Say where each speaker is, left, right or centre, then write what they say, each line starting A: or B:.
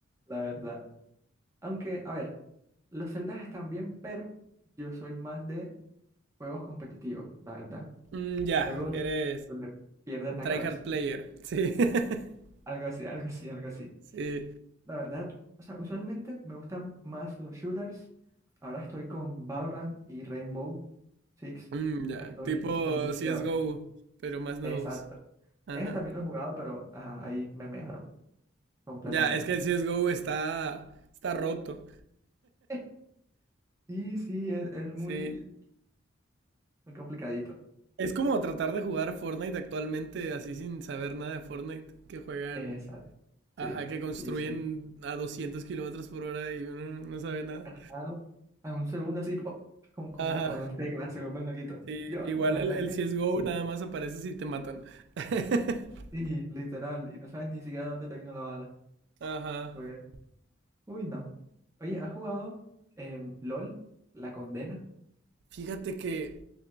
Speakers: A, on the right; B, on the right.
A: la verdad. Aunque, a ver. Los celdas están bien, pero yo soy más de juegos competitivos, la verdad.
B: Mm, ya,
A: Juegos
B: eres
A: donde pierdes la
B: tryhard
A: cabeza.
B: player. Sí. <laughs>
A: Algo así, algo así, algo así.
B: Sí.
A: La verdad, o sea, usualmente me gustan más los shooters. Ahora estoy con Valorant y Rainbow Six.
B: Mm, ya,
A: Estoy
B: tipo
A: muy viciado.
B: CSGO, pero más nuevos.
A: Exacto.
B: Ajá.
A: Ese también lo he jugado, pero ajá, ahí me mearon completamente.
B: Ya, es que el CSGO está, está roto.
A: <laughs> Sí, sí, es, es muy,
B: Sí.
A: muy complicadito.
B: Es como tratar de jugar a Fortnite actualmente así sin saber nada de Fortnite, que juegan,
A: Exacto. Sí,
B: ajá, que construyen
A: sí, sí.
B: a 200 kilómetros por hora y uno no sabe nada.
A: Ah, no. A un segundo así, pop, con, con,
B: Ajá.
A: con las teclas, se vuelven loquitos.
B: Sí,
A: Yo,
B: igual
A: la la
B: el,
A: verdad
B: el
A: es que
B: CSGO nada más aparece si te matan. <laughs>
A: sí, literal, y no sabes ni siquiera dónde te vino la bala.
B: Ajá.
A: Pues, uy, no. Oye, ¿has jugado em, LOL? La condena.
B: Fíjate que